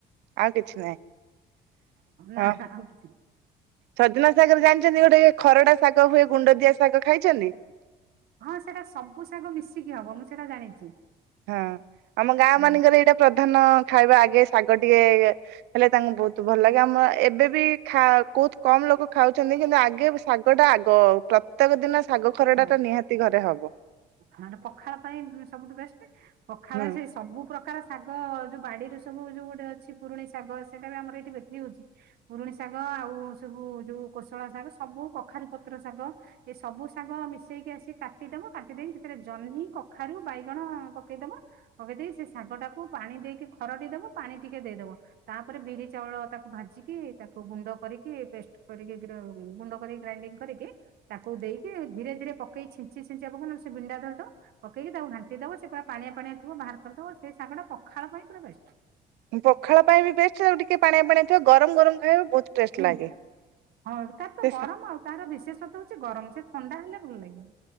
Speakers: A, on the right; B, on the right.
A: ଆଉ କିଛି ନାହିଁ
B: ନା
A: ହଁ।
B: ଆଉ କିଛି ନାହିଁ
A: ସଜନାଶାଗରେ ଜାଣିଛନ୍ତି ଗୋଟେ ଖରଡା ଶାଗ ହୁଏ ଗୁଣ୍ଡ ଦିଆ ଶାଗ ଖାଇଛନ୍ତି।
B: ହଁ ସେଟା ସବୁ ଶାଗ ମିଶିକି ହବ ମୁଁ ସେଇଟା ଜାଣିଛି।
A: ହଁ ଆମ ଗାଁ
B: ହଁ
A: ମାନଙ୍କରେ ଏଇଟା ପ୍ରଧାନ ଖାଇବା ଆଗେ ଶାଗ ଟିକେ ହେଲେ ତାଙ୍କୁ ବହୁତ ଭଲ ଲାଗେ ଆମ ଏବେ ବି ବହୁତ କମ୍ ଲୋକ ଖାଉଛନ୍ତି କିନ୍ତୁ ଆଗେ ଶାଗଟା ଆଗ ପ୍ରତ୍ୟେକ ଦିନ ଶାଗ ଖରଡା
B: ହଁ
A: ଟା ନିହାତି ଘରେ ହବ
B: ହ ପଖାଳ ପାଇଁ ସବୁଠୁ ବେଷ୍ଟ ପଖାଳ
A: ହୁଁ
B: ସେଇ ସବୁ ପ୍ରକାର ଶାଗ ଯୋଉ ବାଡିରେ ସବୁ ଯୋଉ ଗୋଟେ ଅଛି ପୁରୁଣିଶାଗ ସେଇଟା ବି ଆମର ଏଇଠି ବିକ୍ରି ହଉଛି ପୁ ଶାଗ ଆଉ ସବୁ ଯୋଉ କୋଶଳ ଶାଗ ସବୁ କଖାରୁ ପତ୍ର ଶାଗ ଏ ସବୁ ଶାଗ ମିଶେଇକି ଆସିକି କାଟିଦବ କାଟିଦେଇକି ସେଥିରେ ଜହ୍ନି କଖାରୁ ବାଇଗଣ ପକେଇଦବ ସେ ଶାଗ ଟାକୁ ପାଣି ଦେଇକି ଖରଟି ଦବ ପାଣି ଟିକେ ଦେଇଦବ ତାପରେ ବିରି ଚାଉଳ ତାକୁ ଭାଜିକି ତାକୁ ଗୁଣ୍ଡ କରିକି ପେଷ୍ଟ କରିକି ଗୁଣ୍ଡ କରି ଗ୍ରାଇଣ୍ଡିଙ୍ଗ କରିକି ତାକୁ ଦେଇକି ଧୀରେ ଧୀରେ ପକେଇ ଛିଞ୍ଚି ଛିଞ୍ଚିବା ପ ସେ ବିଣ୍ଡା ଧଦ ପକ ତାକୁ ଘାଣ୍ଟି ଦବ ସେ ପା ପାଣିଆ ପାଣିଆ ଥ ବାହାର କରିଦବ ସେଇ ଶାଗ ଟା ପଖାଳ ପାଇଁ ପୁରା ବେଷ୍ଟ୍।
A: ପଖାଳ ପାଇଁ ବି ବେଷ୍ଟ୍ ତାକୁ ଟିକେ ପାଣିଆ ପାଣି ଥିବ ଗରମ ଗରମ ଖାଇବା ବହୁତ ଟେଷ୍ଟ
B: ହୁଁ
A: ଲାଗେ
B: ହଁ କ ତ
A: ସେ
B: ଗରମ
A: ଶା
B: ଆଉ ତାର ବିଶେଷତ୍ୱ ହଉଛି ଗରମ ସେ ଥଣ୍ଡା ହେଲେ ଭଲ ଲାଗିବନି।